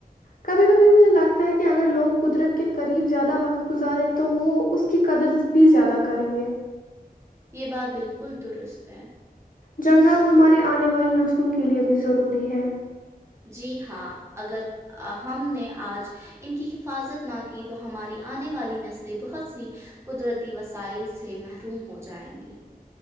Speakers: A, on the left (about 60°); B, on the right (about 15°).
A: کبھی کبھی مجھے لگتا ہے کہ اگر لوگ قدرت کے قریب زیادہ وقت گزارے تو وہ اس کی قدر بھی زیادہ کریں گے
B: یہ بات بالکل درست ہے
A: جنگلات ہمارے آنے والی نسلوں کے لیے بھی ضروری ہے
B: جی ہاں اگر ہم نے آج ان کی حفاظت نہ کی تو ہماری آنے والی نسلیں بہت سی قدرتی وسائل سے محروم ہو جائیں گی